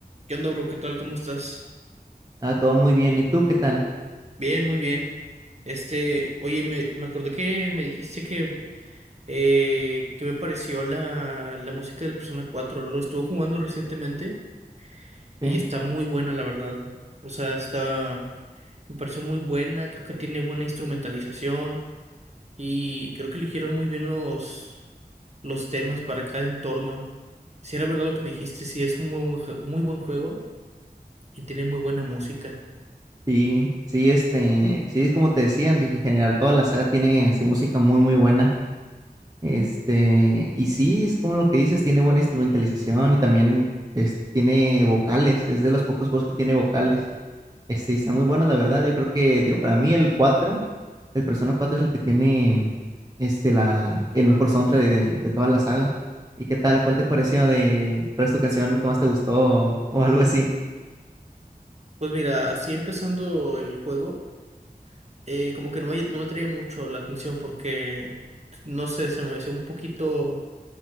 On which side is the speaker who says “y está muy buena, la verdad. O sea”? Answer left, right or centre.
Right